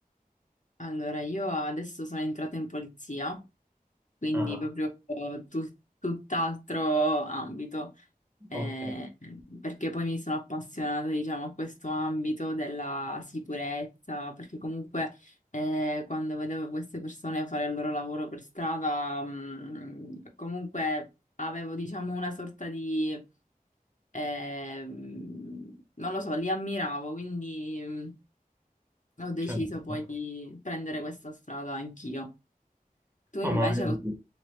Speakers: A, on the left (about 55°); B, on the right (about 15°).
A: Allora, io adesso sono entrata in polizia, quindi
B: Ah,
A: proprio eh, tu- tutt'altro ambito, eh,
B: ok,
A: perché poi mi sono appassionata, diciamo, a questo ambito della sicurezza, perché comunque eh, quando vedevo queste persone fare il loro lavoro per strada, mh, comunque avevo, diciamo, una sorta di... ehm, non lo so, li ammiravo, quindi mh, ho deciso
B: certo.
A: poi di prendere questa strada anch'io. Tu invece
B: No, ma è
A: lo...